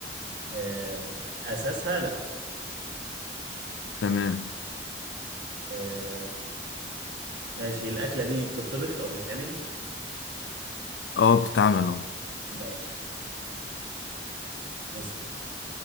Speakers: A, on the right (about 75°); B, on the left (about 80°).
A: آم، أساسها لأ
B: تمام
A: آه، ماشي الأكلة دي بتطبخ أو بتتعمل
B: اه بتتعمل اهو
A: ماشي اسأل.